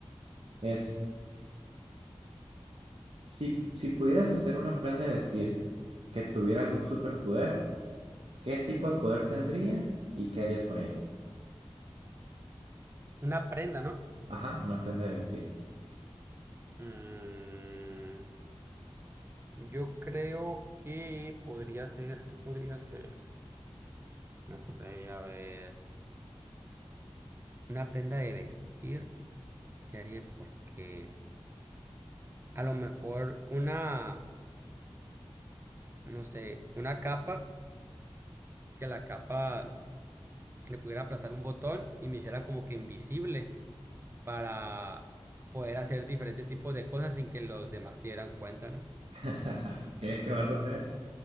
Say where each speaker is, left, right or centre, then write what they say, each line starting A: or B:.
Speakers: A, on the right; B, on the right.
A: Es, si, si pudieras hacer una prenda de vestir que tuviera algún superpoder, ¿qué tipo de poder tendría y qué harías con ella?
B: Una prenda, ¿no?
A: Ajá, una prenda de vestir.
B: Mm, yo creo que podría ser, ¿qué podría ser? No sé, a ver. Una prenda de vestir, ¿qué haría? Porque a lo mejor una, no sé, una capa, que la capa le pudiera aplazar un botón y me hiciera como que invisible para poder hacer diferentes tipos de cosas sin que los demás se dieran cuenta, ¿no?
A: <laughs> ¿Qué, qué vas a hacer?